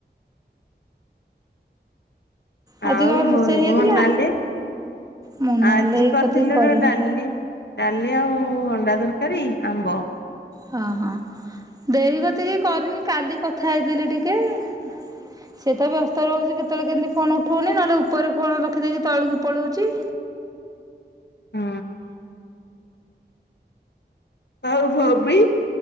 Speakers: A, on the right; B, on the left.
A: ଆଜି
B: ଆଉ
A: କଣ ରୋଷେଇ
B: ମୁନ
A: ହେଇଥିଲା
B: ମୋନାଲି?
A: ମୁଁ ନହେଲେ
B: ଆଜି
A: ଏଇ
B: କରିଥିଲୁ
A: କତିକି କରିନି
B: ରୁ ଡାଲି। ଡାଲି ଆଉ ଅଣ୍ଡା ତରକାରୀ ଆମ୍ବ।
A: ହଁ ହଁ ଦେଇ କତିକି କରିନି କାଲି କଥା ହେଇଥିଲି ଟିକେ। ସେଟା ବି ବ୍ୟସ୍ତ ରହୁଛି କେତେବେଳେ କେମିତି ଫୋନ ଉଠଉନି ନହେଲେ ଉପରେ ଫୋନ ରଖିଦକି ତଳକୁ ପଳଉଛି।
B: ହୁଁ। ଆଉ ଭବି?